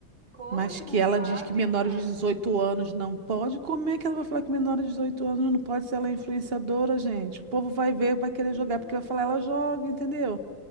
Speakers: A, on the right; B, on the right.
A: como
B: mas
A: que
B: que
A: não
B: ela
A: sabe,
B: diz que menores
A: cara?
B: de 18 anos não pode. Como é que ela vai falar que menores de 18 anos não pode se ela é influenciadora, gente? O povo vai
A: Hum,
B: ver, vai querer jogar porque vai falar ela joga, entendeu?